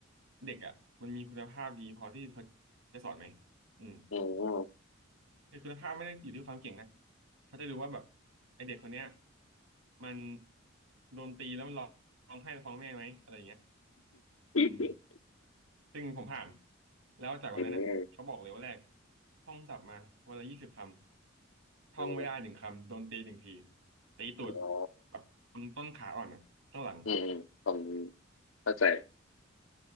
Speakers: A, on the right; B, on the left.
A: เด็กอ่ะมันมีคุณภาพดีพอที่เขาจะสอนไหมอืม
B: อืมอืม
A: คือคุณภาพไม่ได้อยู่ที่ความเก่งนะเขาจะดูว่าแบบไอเด็กคนเนี้ยมันโดนตีแล้วมันร้องไห้ฟ้องแม่ไหมอะไรอย่างเงี้ย
B: อืมอ
A: อืม ซึ่งผมผ่านแล้วจากวันนั้นเนี่ยเขาบอกเลยว่าแรก
B: ืม
A: ท่องศัพท์มาวันละยี่สิบคำท่องไม่ได้หนึ่งคำโดนตีหนึ่งที
B: อืม
A: ตีตูด
B: อ๋อ
A: แบบตรงต้นขาอ่อนอ่ะข้างหลัง
B: อืมอืมผมเข้าใจ